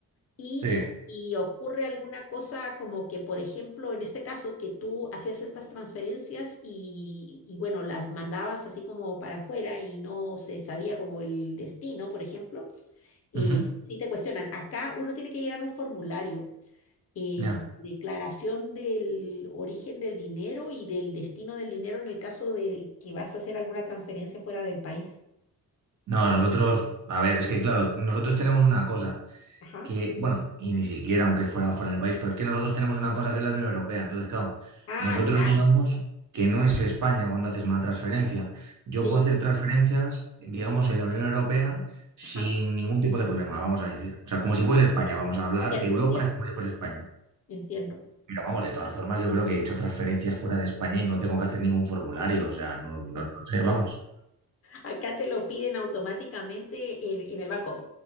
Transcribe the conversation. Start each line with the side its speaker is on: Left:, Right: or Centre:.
Left: Y
Right: Sí.
Left: si ocurre alguna cosa como que, por ejemplo, en este caso, que tú hacías estas transferencias y, y bueno, las mandabas así como para afuera y no se sabía como el destino, por ejemplo eh,
Right: Ujú.
Left: si te cuestionan, acá uno tiene que llenar un formulario, eh,
Right: Ya.
Left: declaración del origen del dinero y del destino del dinero en el caso de que vas a hacer alguna transferencia fuera del país.
Right: No, nosotros, a ver, es que claro, nosotros tenemos una cosa.
Left: Ajá.
Right: que, bueno, y ni siquiera aunque fuera fuera del país, pero es que nosotros tenemos una cosa que es la Unión Europea. Entonces, claro,
Left: Ah,
Right: nosotros
Left: claro,
Right: digamos que no es España cuando haces una transferencia. Yo
Left: sí.
Right: puedo hacer transferencias, digamos, en la Unión Europea sin
Left: Ajá.
Right: ningún tipo de problema, vamos a decir. O sea, como si fuese España,
Left: Entiendo,
Right: vamos a hablar
Left: entiendo,
Right: que Europa
Left: entiendo.
Right: es como si fuese España.
Left: entiendo.
Right: Pero vamos, de todas formas, yo creo que he hecho transferencias fuera de España y no tengo que hacer ningún formulario. O sea, no, no, no sé, vamos.
Left: Acá te lo piden automáticamente en, en el banco.